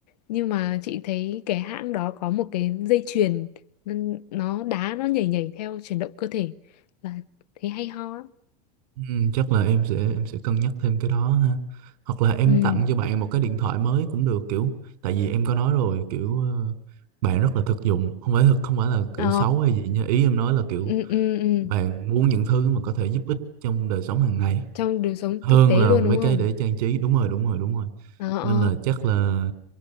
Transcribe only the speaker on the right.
ừ, chắc là em sẽ em sẽ cân nhắc thêm cái đó ha hoặc là em
tặng cho bạn một cái điện thoại mới cũng được kiểu tại vì em có nói rồi kiểu ờ, bạn rất là thực dụng không phải thực không phải là kiểu
xấu hay gì nha ý em nói là kiểu
bạn muốn những thứ mà có thể giúp ích trong đời sống hàng ngày
hơn
là
mấy
cái
để trang trí đúng rồi đúng rồi đúng rồi
nên là chắc là